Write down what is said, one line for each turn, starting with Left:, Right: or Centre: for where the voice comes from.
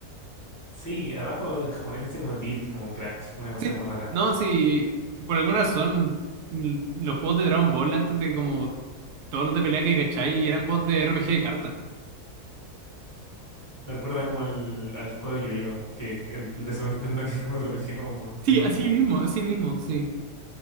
Left: Sí, abajo en japonés dice como deal, como crash, una cosa
Right: Sí.
Left: como rara.
Right: No, si por alguna razón mm, los juegos de Dragon Ball antes de como todos los de pelea que cacháis eran juegos de RPG de cartas.
Left: Me recuerda como al, al juego Yo-Yo, que es el, el de Super Nintendo, que es como RPG como por turno.
Right: Sí, así mismo, así mismo, sí.